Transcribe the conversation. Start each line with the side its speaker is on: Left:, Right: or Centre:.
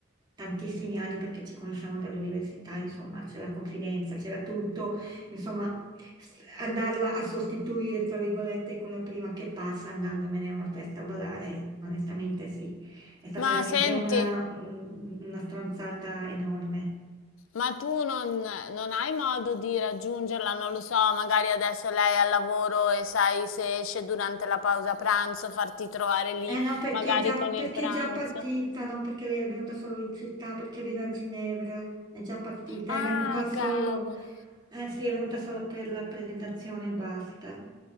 Right: tantissimi anni perché ci conosciamo dall'università, insomma, c'è la confidenza, c'era tutto, insomma, s- andarla a sostituire, tra virgolette, con la prima che passa andandomene a una festa a ballare, onestamente sì, è stata
Left: ma
Right: veramente
Left: senti,
Right: una, un- una stronzata enorme.
Left: ma tu non, non hai modo di raggiungerla? Non lo so, magari adesso lei è al lavoro e sai se esce durante la pausa pranzo, farti trovare lì
Right: Eh no, perché
Left: magari
Right: già,
Left: con
Right: perché
Left: il pranzo.
Right: è già partita, no? Perché lei è venuta solo in città, perché vive a Ginevra, è già partita,
Left: Ah,
Right: è venuta solo,
Left: cavolo.
Right: eh sì, è venuta solo per la presentazione e basta,